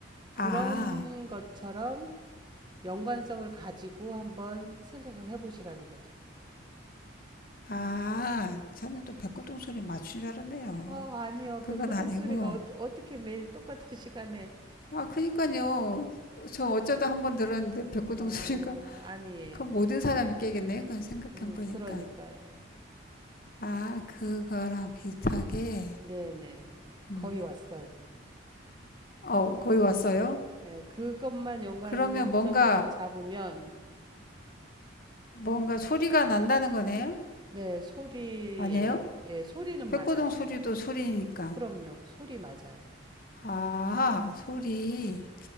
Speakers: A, on the right (about 20°); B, on the left (about 45°).
A: 그런
B: 아,
A: 것처럼 연관성을 가지고 한번 생각을 해보시라는 거죠.
B: 아, 저는 또 백구동 소리 맞춘 줄 알았네요.
A: 어, 아니요.
B: 그건
A: 백고동
B: 아니고.
A: 소리가 어, 어떻게 매일 똑같은 <laughs> 시간에
B: 아, 그니까요. 저 어쩌다 한번 들었는데 백구동
A: 아,
B: 소리가
A: 아니에요.
B: 그 모든 사람이 깨겠네. 그건 생각해
A: 어,
B: 보니까.
A: 그러니까요.
B: 아, 그거랑 비슷하게.
A: 네네.
B: 음.
A: 거의 왔어요.
B: 어, 거의 왔어요?
A: 예, 그것만 연관성만
B: 그러면 뭔가,
A: 잡으면
B: 뭔가 소리가 난다는 거네요?
A: 네, 소리예요.
B: 아니에요?
A: 예, 소리는
B: 백고동
A: 맞아요.
B: 소리도 소리니까.
A: 그럼요. 소리 맞아요.
B: 아, 소리.